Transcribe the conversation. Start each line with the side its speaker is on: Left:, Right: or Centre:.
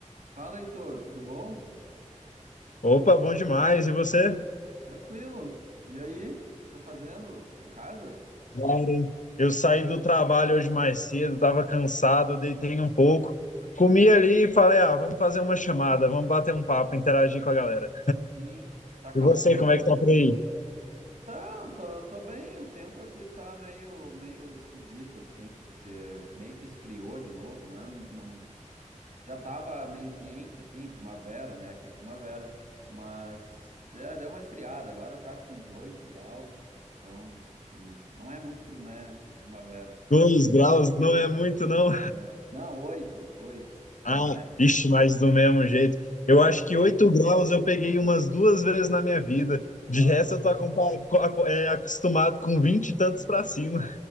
Right: Fala, Heitor, tudo bom?
Left: Opa, bom demais. E você?
Right: Tranquilo? E aí? O que tá fazendo? Tá em casa?
Left: Claro. hein? Eu saí do trabalho hoje mais cedo, estava cansado, deitei um pouco, comi ali e falei: ah, vamos fazer uma chamada, vamos bater um papo, interagir com a galera.
Right: Sim. Tá calor.
Left: E você,
Right: Tá...
Left: como é que tá por aí?
Right: Então, tô, tô bem. O tempo aqui tá meio, meio esquisito, assim, porque meio que esfriou de novo, não é? Não... Já tava meio quente, assim, primavera, né? Aqui é primavera. Mas é, deu uma esfriada. Agora tá acho que uns 8 graus. Então, que não, não é muito, né? Primavera.
Left: Dois graus não é muito, não?
Right: É. Não, oito, oito. Mas
Left: Ah, ixi, mas do mesmo jeito. Eu
Right: é.
Left: acho
Right: É.
Left: que oito graus eu peguei umas duas vezes na minha vida. De
Right: Ah,
Left: resto, eu tô acompa- co- aco- é, acostumado com vinte e tantos para cima.